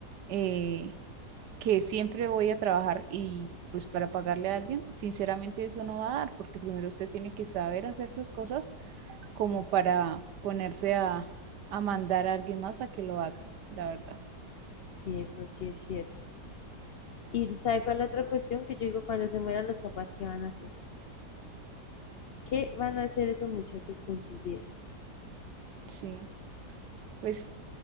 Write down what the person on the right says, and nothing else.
eh, que siempre voy a trabajar y pues para pagarle a alguien, sinceramente eso no va a dar, porque primero usted tiene que saber hacer sus cosas como para ponerse a, a mandar a alguien más a que lo haga, la verdad.
Sí. Pues